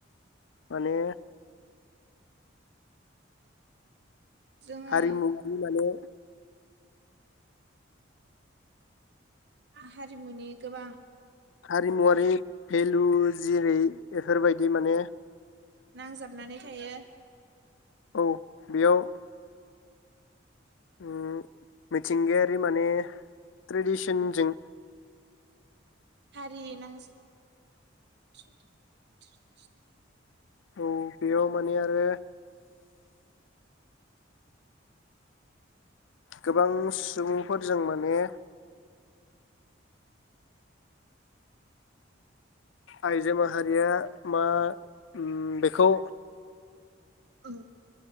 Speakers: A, on the left (about 70°); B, on the right (about 55°).
A: माने
B: जोङो
A: हारिमुनि माने
B: हारिमुनि गोबां
A: हारिमुवारि भेलु जेरै बेफोरबायदि माने
B: नांजाबनानै थायो
A: औ बेयाव उम मिथिंगायारि माने ट्रेडिसनजों
B: हारि नां <unintelligible>
A: औ बेयाव माने आरो गोबां सुबुंफोरजों माने आइजो माहारिया मा उम बेखौ
B: औ